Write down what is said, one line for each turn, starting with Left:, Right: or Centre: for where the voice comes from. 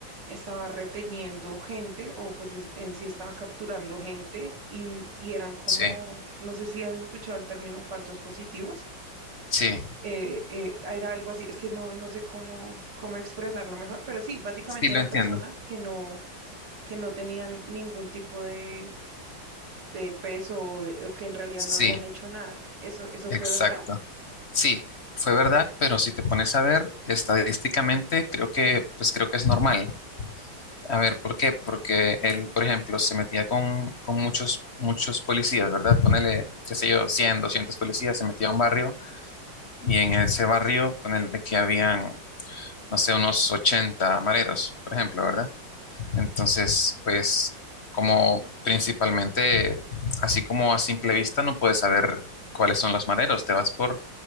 Right: estaba reteniendo gente o pues es- en sí estaba capturando gente y, n- y eran como,
Left: sí,
Right: no sé si has escuchado el término falsos positivos.
Left: sí,
Right: eh, eh, era algo así, es que no, no sé cómo, cómo expresarlo mejor, pero sí, básicamente
Left: sí, lo
Right: eran
Left: entiendo.
Right: personas que no, que no tenían ningún tipo de, de peso o, de- o que en realidad
Left: Sí,
Right: no habían hecho nada. ¿Eso, eso
Left: exacto.
Right: fue verdad?
Left: Sí, fue verdad, pero si te pones a ver estadísticamente, creo que, pues creo que es normal. A ver, ¿por qué? Porque él, por ejemplo, se metía con, con muchos, muchos policías, ¿verdad? Ponele, qué sé yo, 100, 200 policías, se metía a un barrio y en ese barrio, ponele que habían, no sé, unos 80 mareros, por ejemplo, ¿verdad? Entonces, pues, como principalmente, así como a simple vista no puedes saber cuáles son los maderos, te vas por,